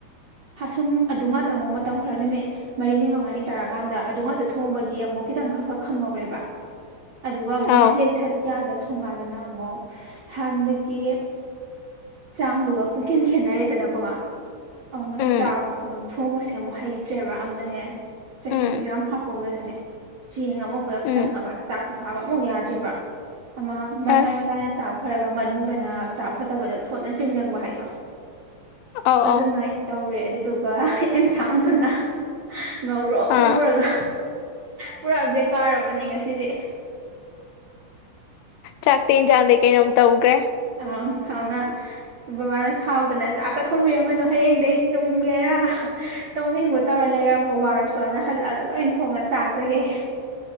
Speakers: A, on the right; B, on the left.
A: ꯑꯁꯨꯝ ꯑꯗꯨ ꯉꯥꯛꯇ ꯑꯃꯨꯛ ꯃꯇꯝ ꯈꯔ ꯅꯨꯃꯤꯠ ꯃꯔꯤꯅꯤ ꯃꯉꯥꯅꯤ ꯆꯥꯔꯛꯑꯀꯥꯟꯗ ꯑꯗꯨ ꯉꯥꯛꯇ ꯊꯣꯡꯕꯒꯤ ꯑꯃꯨꯛ ꯑꯃ ꯈꯤꯇꯪ ꯈꯔ ꯈ ꯈꯪꯍꯧꯔꯦꯕ ꯑꯗꯨꯒ ꯑꯃꯨꯛ ꯉꯁꯤꯗꯩ
B: ꯑꯥꯎ
A: ꯁ ꯊꯣꯡꯒꯥꯟꯗꯅ ꯑꯃꯨꯛ ꯍꯥꯟꯅꯗꯒꯤ ꯆꯥꯡꯗꯨꯒ ꯄꯨꯡꯈꯦꯟ ꯈꯦꯠꯅꯔꯦꯗꯅꯀꯣ ꯑꯗꯨꯅ
B: ꯎꯝ
A: ꯆꯥꯛꯇꯣ ꯊꯣꯡꯕꯁꯦ ꯑꯃꯨꯛ ꯍꯩꯇ꯭ꯔꯦꯕ ꯑꯗꯨꯅꯅꯦ ꯆꯍꯤꯗꯨ
B: ꯎꯝ
A: ꯌꯥꯝ ꯍꯥꯞꯄꯧꯗꯗꯅꯦ ꯆꯦꯡ ꯑꯃꯨꯛ ꯄꯨꯂꯞ
B: ꯎꯝ
A: ꯆꯪꯉꯕ ꯆꯥꯛꯁꯨ ꯊꯥꯕ ꯑꯃꯨꯛ ꯌꯥꯗ꯭ꯦꯕ ꯑꯃ ꯃꯇꯥꯏ
B: ꯑꯁ
A: ꯃꯇꯥꯏꯅ ꯆꯥꯎꯈꯔ ꯑꯗꯨꯒ ꯃꯅꯨꯡꯗꯅ ꯆꯥꯛ ꯐꯠꯇꯕꯗꯣ ꯊꯣꯠꯅ ꯆꯤꯡꯖꯪꯕ ꯍꯥꯏꯗꯣ
B: ꯑꯧ
A: ꯑꯗꯨꯃꯥꯏꯅ
B: ꯑꯧ
A: ꯇꯧꯔꯦ ꯑꯗꯨꯗꯨꯒ ꯑꯦꯟꯁꯥꯡꯗꯨꯅ ꯉꯧꯔꯣ
B: ꯑꯥ
A: ꯉꯧꯔꯒ ꯄꯨꯔꯥ ꯕꯦꯀꯥꯔ ꯑꯃꯅꯤ ꯉꯁꯤꯗꯤ
B: ꯆꯥꯛꯇꯦꯟ ꯏꯟꯖꯥꯡꯗꯩ ꯀꯩꯅꯣꯝ ꯇꯧꯈ꯭ꯔꯦ
A: ꯑꯪ ꯑꯗꯨꯅꯨꯝ ꯕꯕꯥꯅ ꯁꯥꯎꯗꯅ ꯆꯥꯛꯀ ꯊꯣꯡꯕꯤꯔꯝꯒꯅꯨ ꯍꯌꯦꯡꯗꯒꯤꯩ ꯇꯨꯝꯒꯦꯔ ꯇꯧꯅꯤꯡꯕ ꯇꯧꯔ ꯂꯩꯔꯝꯃꯣ ꯋꯥꯔꯁꯨꯅ ꯍꯜꯂꯛꯑꯒ ꯂꯣꯏ ꯊꯣꯡꯉꯁꯤꯦ ꯇꯥꯖꯒꯦ